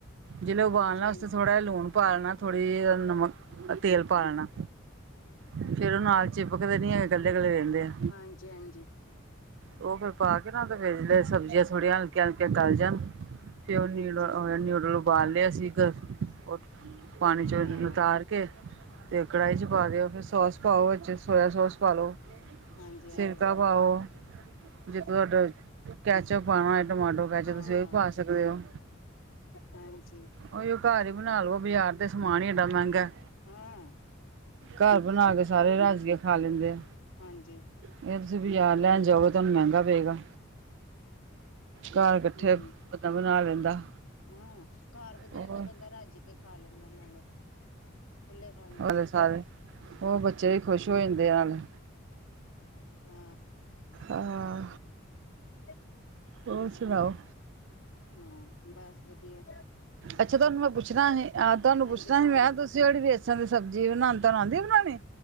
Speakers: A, on the right; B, on the left.
A: ਜਿਲੇ ਉਬਾਲਣਾ
B: ਹਾਂਜੀ ਹਾਂਜੀ
A: ਉਸ ਤੇ ਥੋੜ੍ਹਾ ਜਿਹਾ ਲੂਣ ਪਾ ਲੈਣਾ ਥੋੜ੍ਹੀ ਜਿਹੀ ਨਮਕ ਤੇਲ ਪਾ ਲੈਣਾ ਫਿਰ ਉਹ ਨਾਲ ਚਿਪਕਦੇ ਨੀ ਹੈਗੇ ਕੱਲੇ-ਕੱਲੇ ਰੈਂਦੇ ਆ।
B: ਹਾਂਜੀ-ਹਾਂਜੀ
A: ਉਹ ਫਿਰ ਪਾ ਕੇ ਨਾ ਤੇ ਫਿਰ ਸਬਜ਼ੀਆਂ ਥੋੜ੍ਹੀਆਂ ਹਲਕੀਆਂ-ਹਲਕੀਆਂ ਗਲ ਜਣ ਤੇ ਓ ਨਿਊਡਲ-ਨਿਊਡਲ
B: ਹਾਂਜੀ ਹਾਂਜੀ
A: ਉਬਾਲ ਲਿਆ ਸੀ ਤਾ ਓ ਪਾਣੀ 'ਚ
B: ਹਾਂ
A: ਉਤਾਰ ਕੇ ਤੇ ਕੜਾਹੀ 'ਚ ਪਾ ਦਿਓ ਫਿਰ ਸੋਸ ਪਾਓ ਵਿੱਚ ਸੋਇਆ ਸੋਸ ਪਾ ਲਓ।
B: ਹਾਂਜੀ-ਹਾਂਜੀ
A: ਸਿਰਕਾ ਪਾਓ ਜੇ ਤੁਹਾਡਾ ਕੈਚਅਪ ਪਾਉਣਾ ਹੈ ਟਮਾਟੋ ਵੈਸੇ
B: ਹਾਂ
A: ਤੁਸੀਂ ਉਹ ਵੀ ਪਾ ਸਕਦੇ ਹੋ।
B: ਹਾਂਜੀ
A: ਉਹੀੳ ਘਾਰ ਹੀ ਬਣਾ ਲੋ ਬਾਜ਼ਾਰ ਤੇ ਸਮਾਨ ਹੀ ਏਡਾ ਮਹਿੰਗਾ।
B: ਹਾਂ
A: ਘਰ ਬਣਾ ਕੇ ਸਾਰੇ ਰੱਜ਼ ਕੇ ਖਾ ਲੈਂਦੇ ਆ।
B: ਹਾਂਜੀ
A: ਇਹ ਤੁਸੀਂ ਵੀ ਬਾਜ਼ਰ ਲੈਣ ਜਾਓਗੇ ਤੁਹਾਨੂੰ ਮਹਿੰਗਾ ਪਏਗਾ। ਘਰ
B: ਹਮ
A: ਕੱਠੇ ਪਤਾ ਬਣਾ ਲੈਂਦਾ।
B: ਹਾਂ ਘਰ ਵਧੀਆ
A: ਉਹ
B: ਰੈਂਦਾ ਬੰਦਾ ਰੱਜ ਕੇ ਖਾ ਲੈਂਦਾ ਨਾਲੇ ਖੁੱਲੇ ਖਾਣ ਦਾ
A: ਓ ਸਾਰੇ ਬੱਚੇ ਵੀ ਖੁਸ਼ ਹੋ ਜਾਂਦੇ ਆ ਨਾਲੇ
B: ਹੂੰ
A: ਆਂ
B: <inaudible>
A: ਹੋਰ ਸੁਣਾਓ।
B: ਹਾਂ ਬਸ ਵਧੀਆ
A: ਅੱਛਾ ਤੁਆਨੂੰ ਮੈਂ ਪੁੱਛਣਾ ਹੀ ਹ ਤੁਆਨੂੰ
B: ਹਾਂਜੀ
A: ਪੁੱਛਣਾ
B: ਬੋਲੋ
A: ਹੀ ਮੈਂ ਤੁਸੀਂ ਹੋ ਵੇਸਣ ਦੀ ਸਬਜ਼ੀ ਬਣਾਂਦੇ ਤੁਆਨੂੰ ਆਂਦੀ ਬਣਾਣੀ।